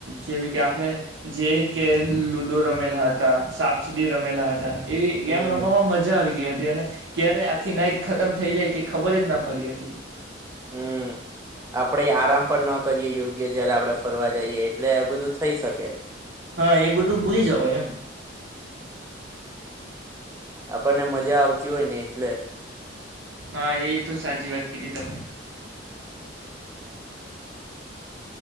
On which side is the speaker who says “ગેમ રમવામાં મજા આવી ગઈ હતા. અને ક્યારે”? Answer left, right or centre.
Right